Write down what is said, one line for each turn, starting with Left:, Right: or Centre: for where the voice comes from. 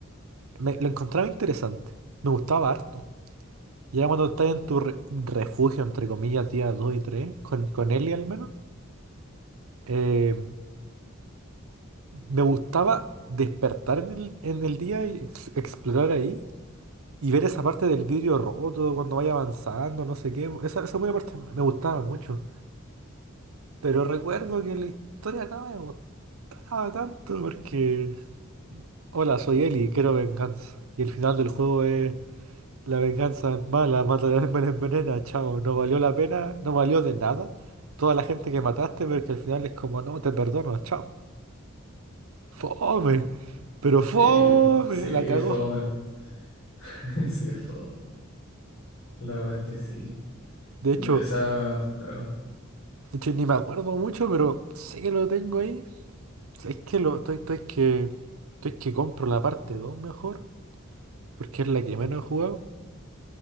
Right: Me, lo encontraba interesante. Me gustaba harto. Ya cuando estás en tu re- refugio, entre comillas, día 2 y 3 con, con Eli al menos, eh, me gustaba despertar en el, en el día y ex- explorar ahí y ver esa parte del vidrio roto cuando vaya avanzando, no sé qué. Esa, esa buena parte me me gustaba mucho. Pero recuerdo que la historia nada me gustaba Ah, tanto porque... Hola, soy Eli, quiero venganza. Y el final del juego es... La venganza es mala, mata a me la envenena, chao. No valió la pena, no valió de nada. Toda la gente que mataste, pero que al final es como, no, te perdono, chao. Fome, pero fome,
Left: Sí, <laughs> sí, es
Right: la cagó.
Left: fome. <laughs> Sí, es fome. La verdad es que sí.
Right: De
Left: De
Right: hecho,
Left: esa, claro.
Right: de hecho ni me acuerdo mucho, pero sé que lo tengo ahí. Es que lo, estoy, estoy que, estoy que compro la parte 2 mejor, porque es la que menos he jugado.